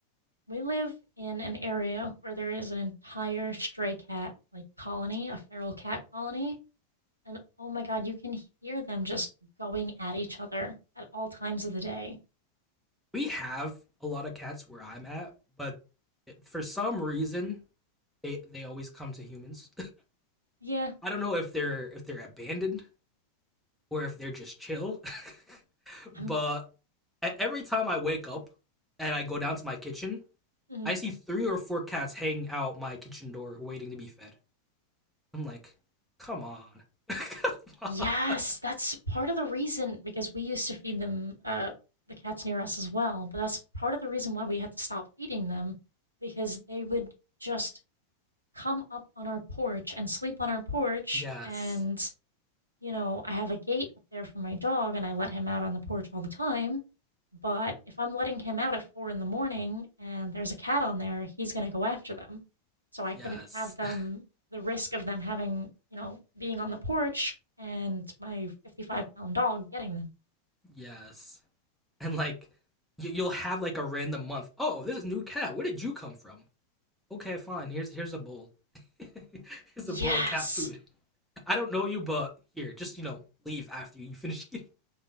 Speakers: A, on the right (about 85°); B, in the centre.
A: we live in an area where there is an entire stray cat like colony, a feral cat colony And oh my god, you can hear them just going at each other at all times of the day.
B: We have a lot of cats where I'm at, but for some reason they they always come to humans
A: Yeah,
B: I don't know if they're if they're abandoned or if they're just chill. <laughs> but
A: I'm.
B: e- every time I wake up and I go down to my kitchen,
A: mm.
B: I see three or four cats hanging out my kitchen door waiting to be fed. I'm like, come on. <laughs> come
A: Yes,
B: on.
A: that's part of the reason because we used to feed them uh, the cats near us as well. But that's part of the reason why we had to stop feeding them because they would just come up on our porch and sleep on our porch
B: Yes.
A: and you know, I have a gate up there for my dog and I let him out on the porch all the time. But if I'm letting him out at four in the morning and there's a cat on there, he's going to go after them. So I
B: Yes.
A: couldn't have them,
B: <laughs>
A: the risk of them having, you know, being on the porch and my 55 pound dog getting them.
B: Yes. And like you'll have like a random month. Oh, this is a new cat. Where did you come from? Okay, fine. Here's here's a bowl. <laughs> here's
A: Yes.
B: a bowl of cat food. I don't know you, but here, just you know, leave after you finish eating.